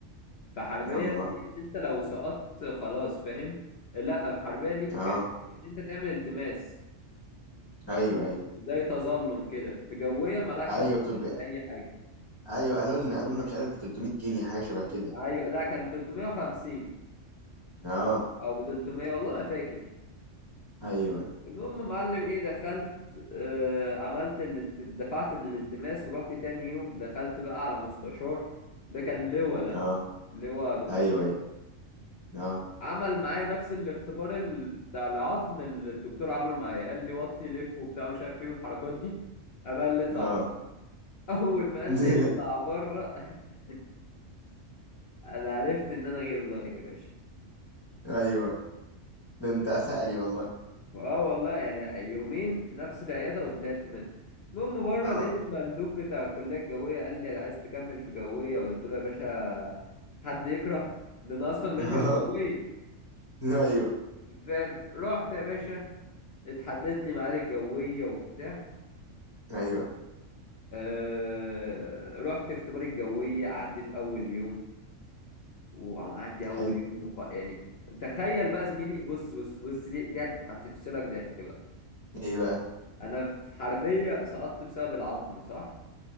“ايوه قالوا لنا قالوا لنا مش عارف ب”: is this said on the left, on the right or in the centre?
Left